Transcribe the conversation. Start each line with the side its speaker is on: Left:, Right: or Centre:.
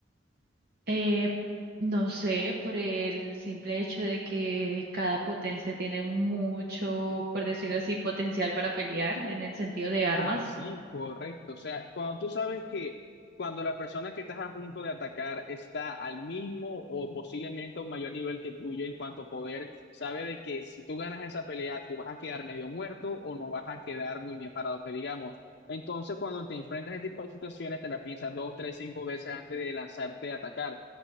Right: Eh, no sé, por el simple hecho de que cada potencia tiene mucho, por decirlo así, potencial para pelear en el sentido de armas.
Left: Así, correcto. O sea, cuando tú sabes que cuando la persona que estás a punto de atacar está al mismo o posiblemente a un mayor nivel que tuyo en cuanto a poder, sabe de que si tú ganas esa pelea, tú vas a quedar medio muerto o no vas a quedar muy bien parado, que digamos. Entonces, cuando te enfrentas a este tipo de situaciones, te la piensas dos, tres, cinco veces antes de lanzarte a atacar.